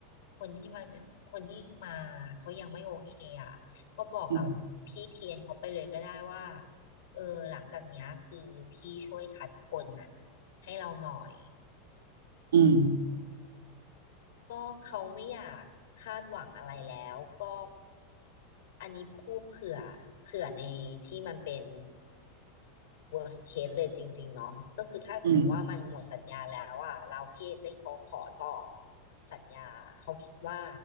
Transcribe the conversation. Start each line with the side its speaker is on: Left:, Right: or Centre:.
Left: คนที่มาคนที่มาเขายังไม่โอเคอ่ะก็บอกกับพี่เทียนเขาไปเลยก็ได้ว่า
Right: อืม
Left: เออหลังจากเนี้ยคือพี่ช่วยคัดคนน่ะให้เราหน่อย
Right: อืม
Left: ก็เขาไม่อยากคาดหวังอะไรแล้วก็ อันนี้พูดเผื่อ เผื่อในที่มันเป็น worst case เลยจริงๆ เนาะก็คือถ้าสมมติว่ามันหมดสัญญาแล้วอ่ะเราพี่เอเจนต์เขาขอต่อ
Right: อืม
Left: สัญญา เขาคิดว่า